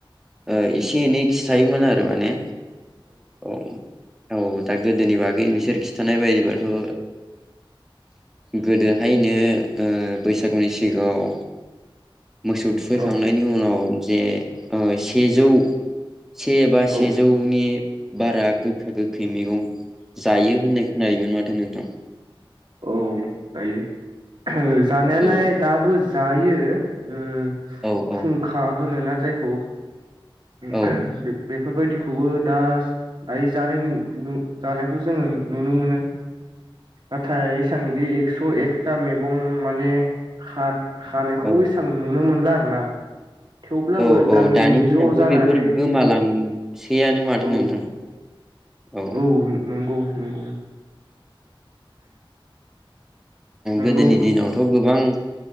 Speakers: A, in the centre; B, on the right.
A: ओ एसे एनै खिथायोमोन आरो माने औ औ दा गोदोनि बागै बिसोर खिथानाय बायदिबाथ ओ गोदोहायनो बैसागुनि सिगाङाव मोसौ थुखैखांनायनि
B: औ
A: उनाव जे सेजौ से बा सेजौ
B: औ
A: नि बारा गोखा गोखै मैगं जायो होननाय खोनायोमोन माथो नोंथां
B: औ जायो जानायालाय
A: औ
B: दाबो जायो ओ
A: औ औ
B: फुंखा होनोना जायखौ
A: औ
B: बे बे बेफोरबायदिखौबो दा दायो जानाय नु जानायखौ जोङो नुनो मोनो नाथाय एसां इदि एक्स एकथा मैगं माने हात हानायखौ
A: औ
B: एसेबां नुनो मोनला आर ना थेवब्लाबो
A: औ औ
B: गामिनि
A: दानि दिनावथ'
B: ज' जानानै
A: बेफोर गोमालांसैयानो माथो
B: औ
A: नोंथां औ
B: नंगौ नंगौ नंगौ
A: गोदोनि दिनावथ गोबां